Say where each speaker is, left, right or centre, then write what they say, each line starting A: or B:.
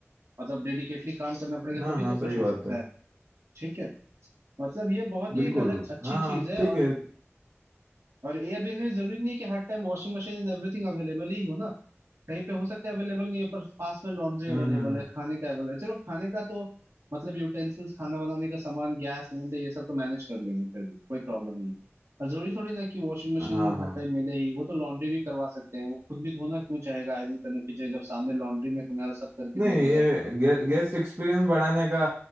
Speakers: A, on the right (about 80°); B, on the right (about 65°).
A: मतलब डेडिकेटली काम करना पड़ेगा
B: हाँ
A: तभी
B: हाँ
A: तो
B: सही
A: कुछ हो
B: बात
A: सकता
B: है
A: है ठीक है मतलब ये बहुत
B: बिल्कुल
A: ही एक अलग अच्छी
B: हाँ
A: चीज है
B: ठीक
A: और
B: है
A: और एयरबीएनबी जरूरी नहीं है कि हर time washing machine and everything available ही हो ना कहीं पे हो सकता है अवेलेबल नहीं है पर पास में लॉन्ड्री
B: हम्म
A: अवेलेबल
B: हम्म हम्म
A: है खाने का अवेलेबल है चलो खाने का तो मतलब यूटेंसिल्स खाना बनाने का सामान गैस सिलेंडर ये सब तो मैनेज कर लेंगे फिर भी कोई प्रॉब्लम नहीं है और जरूरी थोड़ी ना कि वॉशिंग मशीन
B: हाँ हाँ
A: हर टाइम मिले ही वो तो लॉन्ड्री भी करवा सकते हैं वो खुद भी धोना क्यों चाहेगा आयरन करने की जगह जब सामने लॉन्ड्री में तुम्हारा सब करके
B: नहीं
A: दे
B: ये
A: देगा तो
B: गे, गेस्ट एक्सपीरियंस बढ़ाने का